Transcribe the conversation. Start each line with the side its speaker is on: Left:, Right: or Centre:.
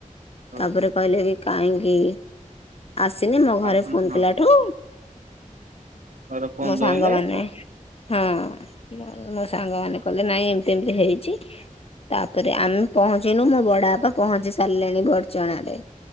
Right: ହଁ
Left: ତାପରେ କହିଲେ କି କାହିଁକି ଆସିନି ମୋ
Right: ଆଉ
Left: ଘରେ ଫୋନ୍
Right: ହଁ
Left: କଲାଠୁ
Right: ଘର ଫୋନ
Left: ମୋ ସାଙ୍ଗମାନେ
Right: ଧଇଲେ ହଁ
Left: ହଁ। ମୋ ସାଙ୍ଗ ମାନେ କହିଲେ ନାଇଁ ଏମିତି ଏମିତି ହେଇଚି। ତାପରେ ଆମେ ପହଞ୍ଚିନୁ ମୋ ବଡ ବାପା ପହଞ୍ଚି ସାରିଲେଣି ବଡଚଣାରେ।